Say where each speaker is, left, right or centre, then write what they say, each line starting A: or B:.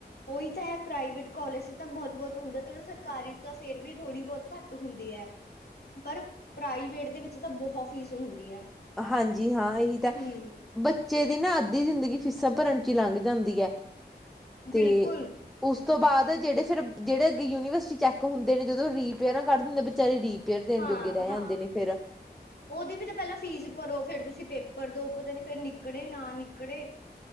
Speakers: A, on the left (about 65°); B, in the centre.
A: ਔਹੀ ਤਾਂ ਹੈ ‌‌‌‍‍‌‌‌‍, ਪ੍ਰਾਈਵੇਟ ਕਾਲਜ ਤਾਂ ਬਹੁਤ ਬਹੁਤ ਹੁੰਦੇ, ਸਰਕਾਰੀ ਤੇ ਫੇਰ ਵੀ ਥੋੜੀ ਬਹੁਤ ਘੱਟ ਹੁੰਦੀ ਹੈ। ਪਰ, ਪ੍ਰਾਈਵੇਟ ਦੇ ਵਿੱਚ ਤਾਂ ਬਹੁਤ ਫੀਸ ਹੁੰਦੀ ਹੈ।
B: ਹਾਂਜੀ, ਹਾਂ ਇਹੀ ਤਾਂ
A: ਹੂੰ
B: ਬੱਚੇ ਦੀ ਨਾ ਅੱਧੀ ਜ਼ਿੰਦਗੀ ਫੀਸਾਂ ਭਰਨ ਚ ਹੀ ਲੰਘ ਜਾਂਦੀ ਹੈ, ਤੇ
A: ਬਿਲਕੁਲ
B: ਉਸ ਤੋਂ ਬਾਅਦ ਜਿਹੜੇ ਫਿਰ ਜਿਹੜੇ ਅੱਗੇ ਯੂਨੀਵਰਸਿਟੀ ਚੈੱਕ ਹੁੰਦੇ ਨੇ ਜਦੋਂ ਰੀਪੇਅਰਾਂ ਕੱਢ ਦਿੰਦੇ ਨੇ, ਵਿਚਾਰੇ ਦੀ। ਫਿਰ, ਦੇਣ
A: ਹਾਂ
B: ਜੋਗੇ ਰਹਿ
A: ਹਾਂ
B: ਜਾਂਦੇ ਨੇ ਫਿਰ।
A: ਉਹਦੀ ਵੀ ਤਾਂ ਪਹਿਲਾਂ ਫ਼ੀਸ ਭਰੋ, ਫੇਰ ਤੁਸੀਂ ਪੇਪਰ ਦੋ, ਪਤਾ ਨੀ ਫੇਰ ਨਿਕਲੇੇ ਨਾ ਨਿਕਲੇੇ।